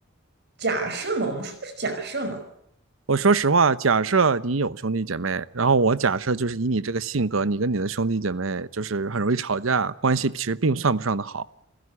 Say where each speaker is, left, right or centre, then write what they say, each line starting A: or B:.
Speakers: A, on the right; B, on the right.
A: 假设嘛，我们说的是假设嘛。
B: 我说实话，假设你有兄弟姐妹，然后我假设就是以你这个性格，你跟你的兄弟姐妹就是很容易吵架，关系其实并算不上的好。